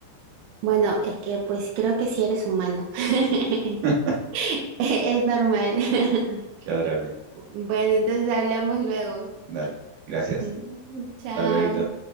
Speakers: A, on the right (about 80°); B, on the right (about 60°).
A: Bueno, es que pues creo que sí eres humano. <laughs>
B: <laughs>
A: Es normal. <laughs>
B: Qué adorable.
A: Bueno, entonces hablamos luego.
B: Dale. Gracias.
A: Mm, Chao.
B: Hasta luego.